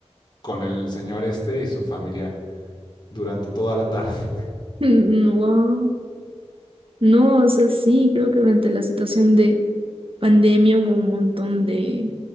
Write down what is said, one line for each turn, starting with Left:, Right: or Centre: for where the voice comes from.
Left: con el señor este y su familiar durante toda la tarde. <laughs>
Right: Wow. <laughs> No, o sea, sí, creo que durante la situación de pandemia hubo un montón de,